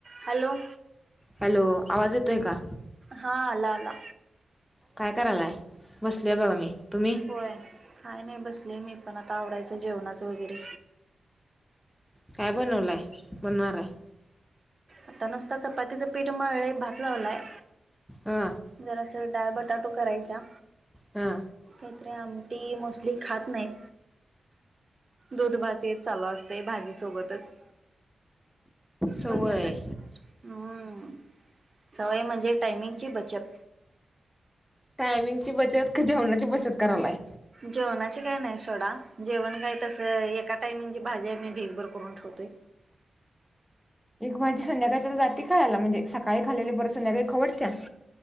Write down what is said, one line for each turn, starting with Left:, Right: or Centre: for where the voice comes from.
Right: Hello!
Centre: Hello! आवाज येतोय का?
Right: हा, आला आला.
Centre: काय करायलाय, बसलोय बघा मी तुम्ही?
Right: होय काय नाही बसले मी पण, आता आवरायचं जेवणाचं वगैरे.
Centre: काय बनवलाय बनवणार आहे?
Right: आता नुसत चपातीचं पीठ मळलय भात लावलाय.
Centre: हा.
Right: जरास डाळ, बटाटो करायचा.
Centre: हा.
Right: काहीतरीे आमटी मोस्टली खात नाहीत. दूध भात हेच चालू असतय भाजी सोबतच.
Centre: सवय
Right: बघ हम्म, सवय म्हणजे टायमिंगची बचत.
Centre: टायमिंगची बचत का जेवणाची बचत करालाय?
Right: जेवणाची काय नाही सोडा. जेवण काय तसं एका टायमिंगची भाजी आम्ही मी ढीकभर करून ठेवतोय.
Centre: एक भाजी संध्याकाळच्याला जाती खायाला, म्हणजे सकाळी खालेली परत संध्याकाळी खाऊ वाटत्या?